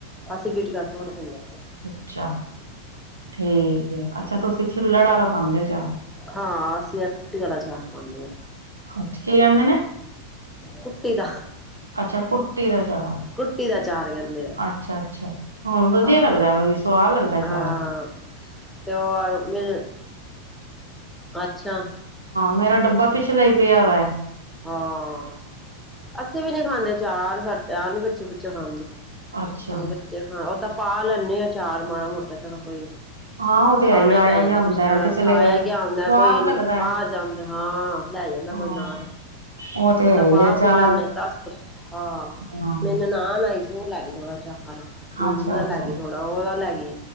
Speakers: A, in the centre; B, on the right.
A: ਅਸੀਂ ਗੀਟ ਕਸੋੜਦੇ ਨੇ
B: ਅੱਛਾ ਠੀਕ ਆ ਅੱਛਾ ਤੁਸੀਂ ਛਿੱਲੜਾ ਲਗਾਉਂਦੇ ਹੋ ਯਾਰ
A: ਹਾਂ ਅਸੀਂ ਇਹ ਕੁਟੀ ਵਾਲਾ ਚਾਹ ਪਾਉਦੇ ਹ
B: ਅੱਛਾ ਕੀ ਕਹਿੰਦੇ ਨੇ
A: ਕੁੱਟੀ ਦਾ
B: ਅੱਛਾ ਕੁੱਟੀ ਦਾ ਚਾਾਲ
A: ਕੁੱਟੀ ਦਾ ਚਾਰ ਕਹਿੰਦੇ ਆ
B: ਅੱਛਾ ਅੱਛਾ ਹੁਣ ਵਧੀਆ
A: ਹਾਂ
B: ਲੱਗਦਾ ਵਾ ਵੀ ਸਵਾਦ ਲੱਗਦਾ ਚਾਰ
A: ਹਾਂ
B: ਅ।
A: ਤੇ ਉਹ ਮੇਰੇ ਅੱਛਾ।
B: ਮੇਰਾ ਟੱਬਰ ਪਿਛਲੇ ਈ ਪਿਆ ਵੈ।
A: ਹਾਂ। ਅਸੀਂ ਵੀ ਨੀ ਖਾਂਦੇ ਚਾਰ ਸੱਟ ਆਪ ਨੀ ਬੱਚੇ ਬੁੱਚੇ ਖਾਂਦੇ।
B: ਅੱਛਾ
A: ਹ ਬੱਚੇ ਖਾ ਓਦਾਂ ਪਾ ਲੈਂਣੀ ਆ ਚਾਰ ਮਾੜਾ ਮੋਟਾ ਚਲੋ ਕੋਈ।
B: ਹਾਂ ਉਹ ਤੇ
A: ਖਾਣਾ
B: ਹੈ ਹੀ
A: ਈ
B: ਆਇਆ
A: ਪੈ ਯੰਦਾ
B: ਗਿਆ ਹੁੰਦਾ
A: ਕਿਸ ਟੇਮ
B: ਹੈ ਕਿਸੇ ਵੇਲੇ
A: ਆਇਆ ਗਿਆ ਹੁੰਦਾ
B: ਸਵਾਦ
A: ਕੋਈ
B: ਲੱਗਦਾ
A: ਬਾਹਰ
B: ਹੈ
A: ਜਾਂਦਾ ਹਾਂ। ਲੈ ਯੰਦਾ
B: ਹਾਂ
A: ਕੋਈ ਨਾਲ।
B: ਉਹ ਤੇ
A: ਓ
B: ਹੈ
A: ਤਾਂ
B: ਹੀ
A: ਪਾ
B: ਅਚਾਰ
A: ਪੂ ਲੈਂਦੇ ਦੱਸ ਕੇ ਹਾਂ।
B: ਹਾਂ
A: ਮੇਈ ਨਨਾਣ ਆਈ ਸੀ ਉਹ ਲੇਗੀ ਥੋੜਾ ਜਾ। ਚਾਰ ਨਿੰਬੂ
B: ਅੱਛਾ
A: ਦਾ
B: ਅੱਛਾ
A: ਲੈ ਗੀ ਥੋੜਾ ਉਹਦਾ ਲੈ ਗੀ